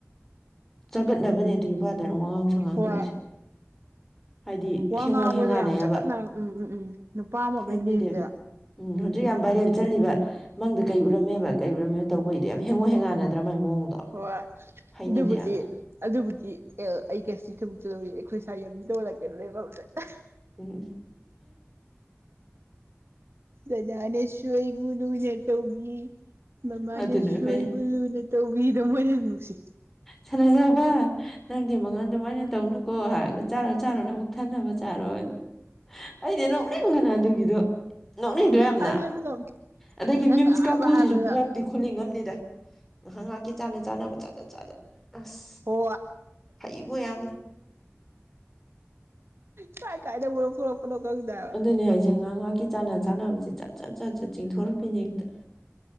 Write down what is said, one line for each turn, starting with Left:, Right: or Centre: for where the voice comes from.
Centre: ꯆꯒꯠꯅꯕꯅꯦ ꯑꯗꯨꯏ ꯅꯨꯄꯥ ꯗꯥꯏꯂꯣꯛ ꯋꯥꯉꯥꯡ ꯁꯉꯥꯡꯗꯒꯁꯦ
Right: ꯍꯣꯏ
Centre: ꯍꯥꯏꯗꯤ
Right: ꯋꯥ
Centre: ꯍꯦꯡꯉꯣ
Right: ꯉꯥꯡꯕꯗ
Centre: ꯍꯦꯡꯉꯥꯟꯅꯩꯑꯕ
Right: ꯌꯥꯝ ꯆꯒꯠꯅꯔꯒ ꯎꯝ ꯎꯝ ꯎꯝ ꯅꯨꯄꯥ ꯑꯃ ꯑꯣꯏꯕꯩ
Centre: ꯍꯩꯅꯗꯦꯕ
Right: ꯂꯦꯝꯗꯦ
Centre: ꯎꯝ ꯍꯧꯖꯤꯛ ꯌꯥꯝ ꯚꯥꯏꯔꯦꯜ ꯆꯠꯂꯤꯕ ꯃꯪꯗ ꯀꯩ ꯎꯔꯝꯃꯦꯕ ꯀꯩ ꯎꯔꯝꯃꯦꯕ ꯇꯧꯕꯩꯗꯣ ꯌꯥꯝ ꯍꯦꯡꯉꯣ ꯍꯦꯡꯉꯥꯟꯅꯗ꯭ꯔꯥ ꯃꯥꯏ ꯃꯑꯣꯡꯗꯣ
Right: ꯍꯣꯏ
Centre: ꯍꯩꯅꯗꯦ
Right: ꯑꯗꯨꯕꯨꯗꯤ
Centre: ꯌꯥꯝꯅ
Right: ꯑꯗꯨꯕꯨꯗꯤ ꯑꯦ ꯑꯩ ꯀꯦꯁꯤ ꯊꯕꯛ ꯇꯧꯔꯤ ꯑꯩꯈꯣꯏ ꯁꯥꯏ <unintelligible>
Centre: ꯎꯝ
Right: ꯗꯗꯥꯅꯦꯁꯨ ꯑꯩꯕꯨ ꯂꯨꯅ ꯇꯧꯕꯤ ꯃꯃꯥꯅꯁꯨ
Centre: ꯑꯗꯨꯅ ꯐꯩ
Right: ꯑꯩꯕꯨ ꯂꯨꯅ ꯇ ꯃꯤꯗ ꯃꯔꯤ ꯅꯨꯡꯁꯤ꯫
Centre: ꯁꯥꯅꯥꯖꯥꯎꯕ ꯅꯪꯗꯤ ꯃꯉꯟ ꯑꯗꯨꯃꯥꯏꯅ ꯇꯧꯅꯨꯀꯣ ꯍꯥꯏꯔ ꯆꯥꯔꯣ ꯆꯥꯔꯣ ꯅ ꯑꯃꯨꯛ ꯈꯟꯅꯕ ꯆꯥꯔꯣꯏꯗꯣ ꯑꯩꯗꯤ ꯅꯣꯛꯅꯤꯡꯒꯅ ꯑꯗꯨꯒꯤꯗꯣ ꯅꯣꯛꯅꯤꯡꯗ꯭ꯔ ꯌꯥꯝꯅ
Right: ꯑꯩ ꯑꯗꯨꯗꯣ
Centre: ꯑꯗꯒꯤ
Right: ꯅꯪꯅ
Centre: ꯃꯤꯝꯁ
Right: ꯑꯍꯥꯟꯕ
Centre: ꯀꯥꯡꯕꯨꯨꯁꯤꯁꯨ
Right: ꯍꯥꯏꯕꯗ
Centre: ꯀꯣꯛꯇꯤ꯫ ꯈꯨꯨꯜꯂꯤꯡꯉꯅꯤꯗ ꯉꯥꯏꯍꯥꯛ ꯉꯥꯏꯍꯥꯛꯀꯤ ꯆꯥꯟꯅ ꯆꯥꯅꯕ ꯆꯥꯖ ꯆꯥꯖ ꯑꯁ
Right: ꯍꯣ
Centre: ꯐꯩꯕꯣ ꯌꯥꯝꯅ
Right: ꯀꯥꯏ ꯀꯥꯏꯗꯕꯨꯔꯄꯥꯅꯣ ꯀꯨꯪꯗꯦ ꯍꯥꯏꯕꯥ
Centre: ꯑꯗꯨꯅꯦ ꯍꯥꯏꯁꯦ ꯉꯥꯏꯍꯥꯛ ꯉꯍꯥꯛ ꯆꯥꯟꯅ ꯆꯥꯅꯕꯁꯦ ꯆꯠ ꯆꯠ ꯆꯠ ꯆꯠ ꯆꯤꯡꯊꯣꯔꯛꯄꯤꯅꯦ ꯍꯦꯛꯇ